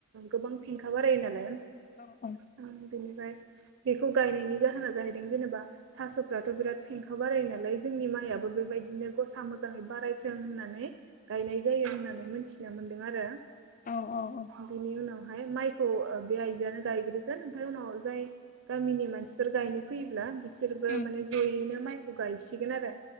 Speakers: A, on the right; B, on the left.
A: गोबां फेंखा बारायो नालाय उम
B: औ औ
A: बिनिफ्राय बेखौ गायनायनि जाहोना जाहैदों जेनेबा थास'फ्राथ' बिराद फेंखा बारायो नालाय जोंनि माइयाबो बेबायदिनो गसा मोजाङै बारायथों होननानै गायनाय जायो होननानै मोनथिना मोनदों आरो
B: औ औ औ
A: बिनि उनाव माइखौ बे आइ जोआनो गायग्रोगोन ओमफ्राय उनाव जाय गामिनि मानसिफोर गायनो फैयोब्ला बिसोरबो
B: उम
A: माने जयैनो माइखौ गायसिगोन आरो